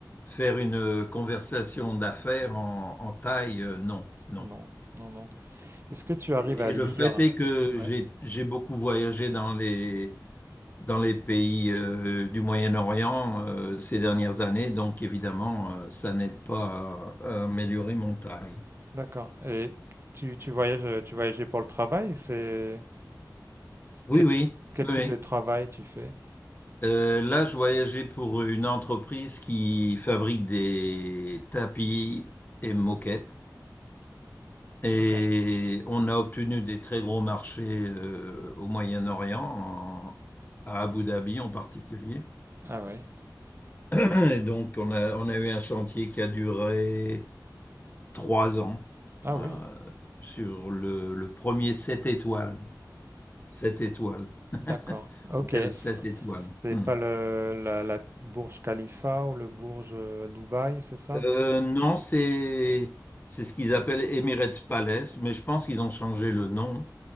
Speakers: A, on the left; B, on the right.
A: faire une conversation d'affaires en, en thaï, euh, non, non.
B: non, non, non. Est-ce que tu arrives
A: Et
B: à lire?
A: et le fait est que j'ai
B: Ouais,
A: j'ai beaucoup voyagé dans les dans les pays euh, du Moyen-Orient euh, ces dernières années, donc évidemment, euh, ça n'aide pas à, à améliorer mon thaï.
B: d'accord. Et tu, tu voyages, tu voyageais pour le travail, c'est
A: Oui,
B: quel,
A: oui,
B: quel
A: oui.
B: type
A: oui.
B: de travail tu fais?
A: Euh, là, je voyageais pour une entreprise qui fabrique des tapis et moquettes. Et
B: D'accord.
A: on a obtenu des très gros marchés euh, au Moyen-Orient, en- à Abu Dhabi en particulier.
B: Ah oui.
A: Et donc, on a, on a eu un chantier qui a duré trois ans
B: Ah
A: euh,
B: oui,
A: sur le, le premier sept étoiles. Sept étoiles. <laughs>
B: d'accord. Ok.
A: Hôtel sept étoiles.
B: C'est
A: Hmm.
B: pas le la, la Burj Khalifa ou le Burj euh, Dubaï, c'est ça?
A: Euh, non, c'est c'est ce qu'ils appellent Emirates Palace, mais je pense qu'ils ont changé le nom.